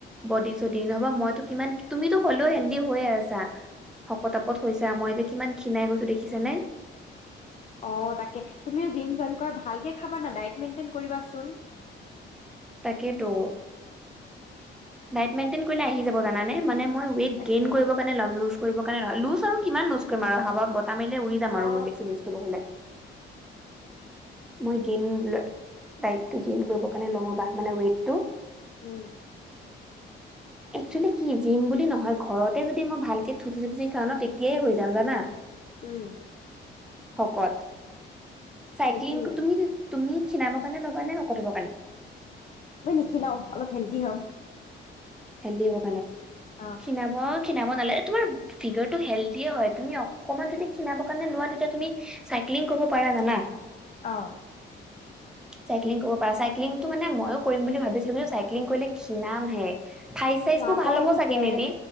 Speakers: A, in the centre; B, on the left.
A: বডি চডি নহবা মইতো কিমান তুমিতো হ'লেও হেল্ডি হৈয়ে আছা। শকতাপত হৈছে মই যে কিমান ক্ষীণাই গৈছো দেখিছে নে?
B: অ তাকে, তুমিও জিম জইন কৰা ভালকে খাবানা ডাইত মেণ্টন কৰিবাচোন।
A: তাকে তো। ডাইট মেণ্টন কৰিলেই আহি যাব জানানে, মানে মই ৱেটগ্নেইন
B: তাকে
A: কৰিব কাৰনে লম কৰিব কাৰণে নহয়, লুজ আৰু কিমান লুজ কৰিম আৰু হাৱাত বতাহ মাৰিলে উৰি যাম আৰু
B: অ
A: মই বেছি লুজ কৰিব হলে। মই গেইন দায়িতটো গেইন কৰিব। ণে ল'ম বাহ মানে ৱেটতো
B: উম,
A: একচুৱেলি কি জিম বুলি নহয়, ঘৰতে যদি মই ভালকে থুচি থুচি খাওঁ ন তেতিয়াই হৈ যাম জানা
B: উম।
A: শকত চাইক্লিং
B: সেইটোয়ে
A: তুমি তুমি সিনাবৰ কাৰণে লবা নে শকত, হবৰ কাৰণে?
B: মই লিখি লও অলপ হেল্ডি হ'ম।
A: হেলদি হব কাৰণে
B: অ
A: শিনাব শিনাব নালাগে তোমাৰ ফিগাৰটো হেলডিয়ে হয় তুমি অকমান যদি শিনাব কাৰণে লোৱা তেতিয়া তুমি ক্লিং কৰিব পাৰা জানা।
B: অ
A: চাইক্লিং কৰিব পাৰা, চাইক্লিংটো মানে মইো কৰিম বুলি ভাবিছিলো কিন্তু চাইক্লিং কৰিলে কিণাম হে। থইজ চাইজটো
B: নাজানো
A: ভাল হব চাগে
B: যে
A: নেকি।